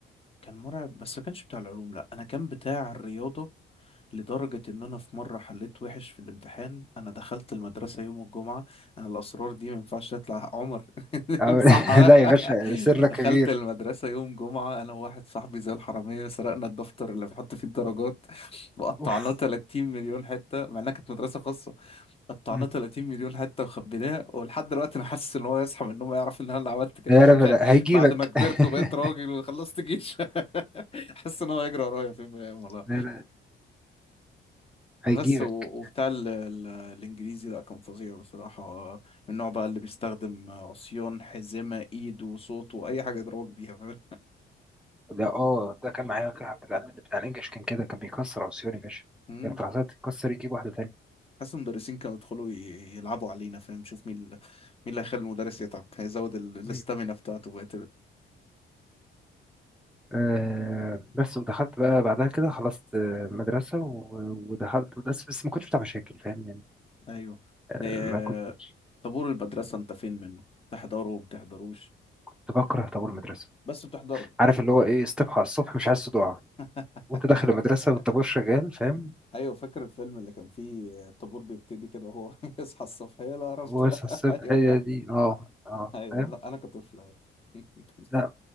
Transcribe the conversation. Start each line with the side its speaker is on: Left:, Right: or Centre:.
Left: كان مرعب بس ما كانش بتاع العلوم لا انا كان بتاع الرياضه لدرجه ان انا في مره حليت وحش في الامتحان انا دخلت المدرسه يوم الجمعه انا الاسرار دي ما ينفعش تطلع عمر <laughs>
Centre: أو-
Left: امسحها
Centre: <laughs> لا يا باشا سرك
Left: دخلت
Centre: كبير
Left: المدرسه يوم جمعه انا وواحد صاحبي زي الحراميه سرقنا الدفتر اللي بنحط فيه الدرجات وقطعناه
Centre: اوف
Left: 30 مليون حته مع انها كانت مدرسه خاصه قطعناه
Centre: مم.
Left: 30 مليون حته وخبيناه ولحد دلوقتي انا حاسس ان هو يصحى من النوم يعرف ان انا اللي عملت كده
Centre: يا
Left: فخايف
Centre: رب لا هيجيبك
Left: بعد ما كبرت
Centre: <laughs>
Left: وبقيت راجل وخلصت جيش <laughs> حاسس ان هو هيجري ورايا في يوم من الايام والله
Centre: لا لا هيجيبك
Left: بس و- وبتاع ال ال الانجليزي لا كان فظيع بصراحه من النوع بقى اللي بيستخدم عصيان حزمه ايد وصوت واي حاجه يضربك بيها فاهم
Centre: ده اه ده كان معايا واحد بتاع بتاع الانجليش كان كده كان بيكسر عصيان يا باشا
Left: مم.
Centre: كانت العصاية تتكسر يجيب واحدة تانية
Left: حاسس المدرسين كانوا يدخلوا ي- يلعبوا علينا فاهم شوف مين ال- مين اللي هيخلي المدرس يتعب هيزود ال- الاستامينا
Centre: مم.
Left: بتاعته بقى
Centre: آه بس ودخلت بقى بعدها كده خلصت آه، مدرسة و- ودخلت بس بس ما كنتش بتاع مشاكل فاهم يعني
Left: ايوه
Centre: آه،
Left: إيه...
Centre: ما كنتش
Left: طابور المدرسة انت فين منه تحضره ما تحضروش
Centre: كنت بكره طابور المدرسة
Left: بس بتحضره
Centre: عارف اللي هو ايه استبحى على الصبح مش عايز صداع
Left: <laughs>
Centre: وانت داخل المدرسة والطابور شغال فاهم
Left: ايوه فاكر الفيلم اللي كان فيه الطابور بيبتدي كده وهو <laughs> يصحى الصبح يا لا عرفت
Centre: واصحى الصبح
Left: <laughs> ايوه
Centre: هي دي اه اه
Left: ايوه
Centre: فاهم
Left: انا انا كطفل أيوة. <laughs>
Centre: لا